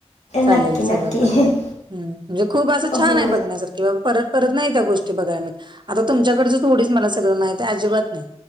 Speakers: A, on the right; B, on the left.
A: चालेल
B: नक्की
A: सगळं
B: नक्की
A: बघायला. हम्म म्हणजे खूप असं छाने
B: हो
A: बघण्यासारखी. ब परत परत नाही त्या गोष्टी बघाय मीळत. आता तुमच्या कडचं थोडीच मला सगळं माहिते. अजिबात नाही.